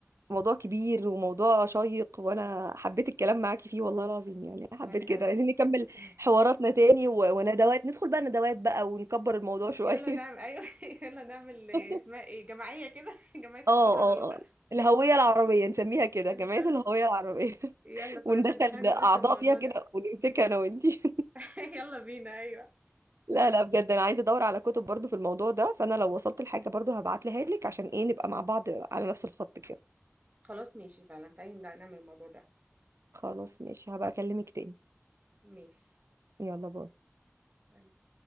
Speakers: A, on the right; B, on the right.
A: موضوع كبير وموضوع شيق وانا حبيت الكلام معاكي فيه والله العظيم يعني حبيت
B: وانا
A: كده
B: قوي
A: عايزين نكمل
B: <laughs>
A: حواراتنا تاني و- وندوات ندخل بقى ندوات بقى ونكبر الموضوع شويه
B: يلا نعمل ايوه <laughs> يلا نعمل إيه
A: <laughs>
B: اسمها ايه جمعيه كده <laughs> جمعيه تحفظ
A: اه
B: على
A: اه
B: اللغه
A: اه الهويه العربيه نسميها كده
B: <laughs> بالظبط
A: جمعيه الهويه العربيه
B: يلا
A: <laughs>
B: فهندرس
A: وندخل
B: هندرس
A: اعضاء
B: الموضوع
A: فيها كده
B: ده
A: ونمسكها انا وانتي
B: <laughs> يلا بينا ايوه
A: لا لا بجد انا عايزه ادور على كتب برضو في الموضوع ده فانا لو وصلت لحاجه برضو هبعتلها لك عشان ايه نبقى مع بعض على نفس الخط كده
B: خلاص ماشي فعلا تعالي نعمل الموضوع ده
A: خلاص ماشي هبقى اكلمك تاني
B: ماشي
A: يلا باي
B: طيب